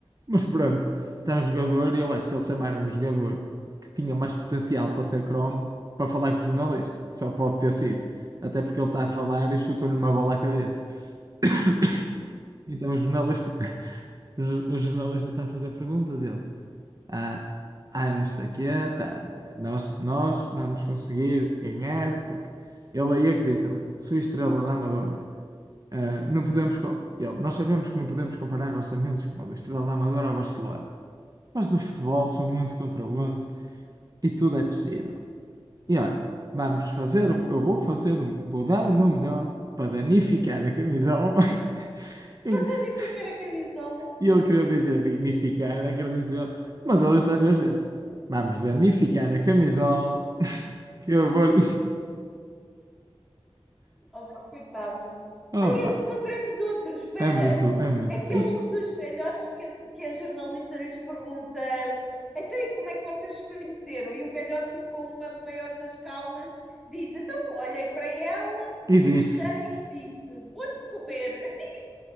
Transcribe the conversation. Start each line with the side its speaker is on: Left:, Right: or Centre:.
Right: Mas pronto, está um jogador, e eu acho que eles chamaram o jogador que tinha mais potencial para ser cromo para falar com o jornalista. Só pode ter sido. Até porque ele está a falar e chutou-lhe uma bola à cabeça. <coughs> Então o jornalista, <laughs> o jornalista está a fazer perguntas, ele ah, ai, não sei o quê, tá, nós, nós vamos conseguir ganhar, porque ele aí é que diz, ele, sou estrela da Amadora. Ah, não podemos, co- ele, nós sabemos que não podemos comparar orçamentos como o do Estrela da Amadora ao Barcelona, mas no futebol são 11 contra 11 e tudo é possível. E olha, vamos fazer, um- eu vou fazer, um- vou dar o meu melhor para danificar a camisola. <laughs>
Centre: <laughs> Danificar a camisola.
Right: E ele queria dizer dignificar, acredito eu. Mas ele disse para duas vezes: Vamos danificar a camisola, <laughs> que eu vou-lhe.
Centre: Opa, coitado.
Right: <laughs>
Centre: Ai,
Right: Opa,
Centre: eu lembrei-me de outro, espera.
Right: é muito, é muito.
Centre: Aquele
Right: E,
Centre: dos velhotes que a, que a jornalista lhes pergunta: então, e como é que vocês se conheceram? E o velhote, tipo, com uma maior das calmas, diz: então, olhei para ela,
Right: e disse:
Centre: gostei e disse: vou-te comer. <laughs>